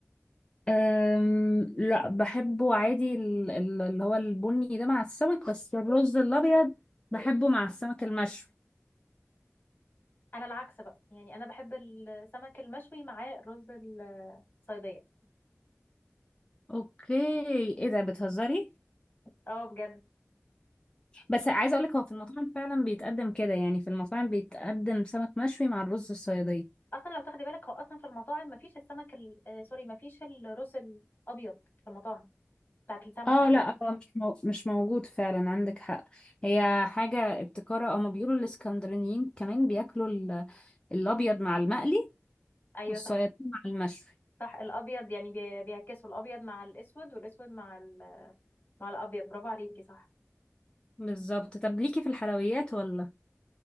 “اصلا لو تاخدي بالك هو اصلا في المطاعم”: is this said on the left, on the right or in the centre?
Left